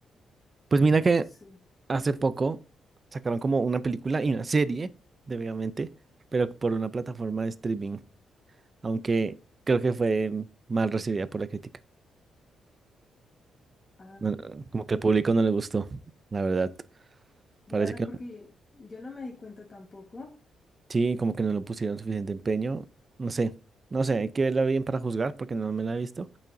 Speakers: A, on the right; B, on the left.
A: Pues mira que
B: ¿O sí?
A: hace poco sacaron como una película y una serie de Megamente, pero por una plataforma de streaming, aunque creo que fue mal recibida por la crítica.
B: Ah,
A: No, no, como que al público no le gustó, la verdad.
B: claro,
A: Parece que no,
B: porque yo no me di cuenta tampoco.
A: sí, como que no lo pusieron suficiente empeño. No sé, no sé, hay que verla bien para juzgar porque no me la he visto,